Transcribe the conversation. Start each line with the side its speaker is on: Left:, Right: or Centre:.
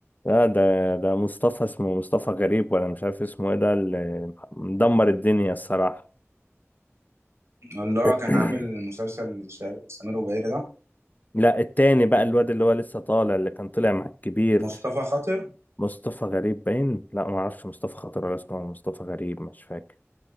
Left: لا ده ده مصطفى اسمه مصطفى غريب ولا مش عارف اسمه ايه ده اللي مدمر الدنيا الصراحة
Right: اللي هو
Left: <clears throat>
Right: كان عامل المسلسل الشهير سمير وبهير ده
Left: لا التاني بقى الواد اللي هو لسه طالع اللي كان طلع مع الكبير
Right: مصطفى خاطر
Left: مصطفى غريب باين لا ما اعرفش مصطفى خاطر ولا اسمه مصطفى غريب مش فاكر